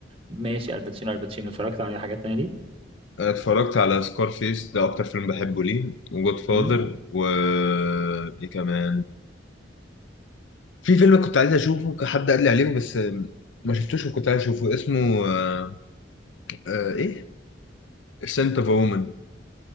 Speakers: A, on the right (about 30°); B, on the left (about 80°).
A: ماشي الباتشينو الباتشينو اتفرجت على حاجات تانية ليه
B: أنا اتفرجت على سكارفيس ده اكتر فيلم بحبه ليه وجود فاذر
A: امم
B: و Godfather، و- ايه كمان في فيلم كنت عايز اشوفه ك- حد قال لي عليه بس آم، ما شفتوش وكنت عايز اشوفه اسمه آه آه ايه سنت اوف وومن